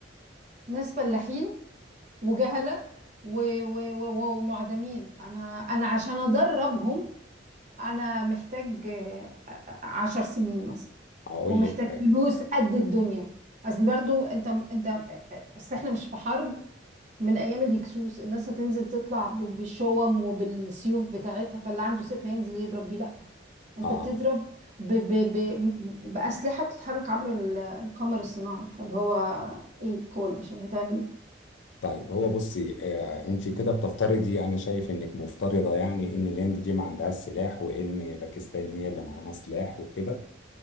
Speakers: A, on the right; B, on the left.
A: ناس فلاحين وجهلة و- و- و- ومعدمين انا انا عشان ادربهم انا محتاج آه، آه، عشر سنين مثلا
B: هقول
A: ومحتاج
B: لك حاجة
A: فلوس قد الدنيا اصل برضو انت انت آه، آه، اصل احنا مش في حرب من ايام الهكسوس الناس هتنزل تطلع ب- بالشوم وبالسيوف بتاعتها فاللي عنده سيف هينزل يضرب بيه لا انت
B: اه
A: بتضرب ب ب ب باسلحه بتتحرك عبر ال- القمر الصناعي فاللي هو ايه القوه البشريه هتعمل
B: طيب هو بصي آه انت كده بتفترضي انا شايف انك مفترضة يعني ان الهند دي ما عندهاش سلاح وان باكستان هي اللي معاها سلاح وكده